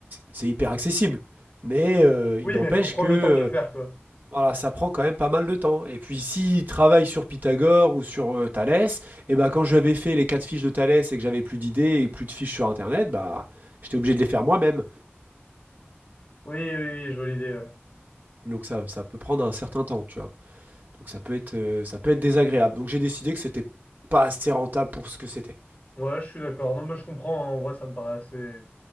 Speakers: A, on the right (about 45°); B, on the left (about 25°).
A: c'est hyper accessible, mais euh, il
B: Oui,
A: n'empêche
B: mais il faut prendre
A: que euh,
B: le temps de le faire, quoi.
A: voilà, ça prend quand même pas mal de temps. Et puis, s'il travaille sur Pythagore ou sur euh, Thalès, et ben quand j'avais fait les quatre fiches de Thalès et que j'avais plus d'idées et plus de fiches sur Internet, bah, j'étais obligé de les faire moi-même.
B: Oui, oui, oui, je vois l'idée, ouais.
A: Donc ça ça peut prendre un certain temps, tu vois? Donc ça peut être, heu, ça peut être désagréable. Donc j'ai décidé que c'était pas assez rentable pour ce que c'était.
B: Ouais, je suis d'accord. Non, mais je comprends. En vrai, ça me paraît assez,